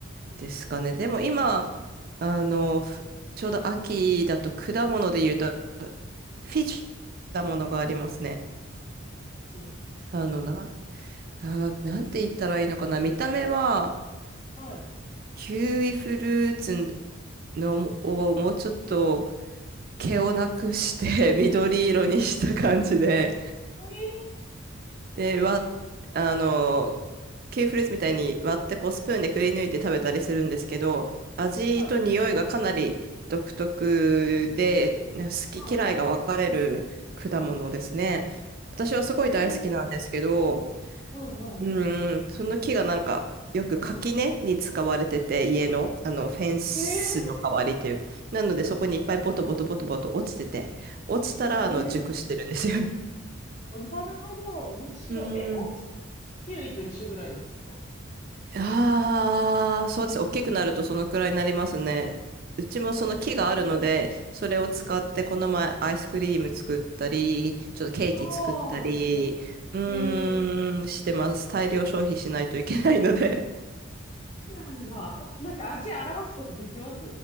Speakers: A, on the left; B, on the right.
A: うんうんうん。
B: ですかね。
A: こ
B: でも今、あの、ふちょうど秋だと果物で言うと、フィッシュ果物がありますね。
A: っち
B: あの、な、あー、なんて言ったらいいのかな。見た目は、
A: はい。
B: キウイフルーツの、をもうちょっと、
A: ほうほう。
B: 毛をなくして <laughs> 緑色にした感じで、
A: ええ
B: で、わ、あの、キウイフルーツみたいに割ってこうスプーンでくり抜いて食べたりするんですけど、味と匂いがかなり独特で、
A: はい。
B: ね好き嫌いが分かれる果物ですね。
A: はい。
B: 私はすごい大好きなんですけど、
A: ええほうんう
B: うん、その木がなんか、よく垣根に使われてて、
A: ん。
B: 家の、あの、フェンスの代わりというか。
A: ええ
B: なので、そこにいっぱいボトボトボトボト落ちてて、落ちたら、
A: ええ
B: あの、熟してるんですよ。
A: あなるほど。面白い。
B: うん。
A: え、大きさ、キウイと一緒ぐらいなんですか
B: ああ、そうです。大きくなるとそのくらいになりますね。うちもその木があるので、
A: ええうん
B: それを使ってこの前アイスクリーム作ったり、
A: うん。
B: ちょっとケーキ作ったり、
A: ああ、良さそ
B: うーん、
A: う。ええ
B: してます。大量消費しないといけないので
A: そうなんだ。おなんか味表すことできます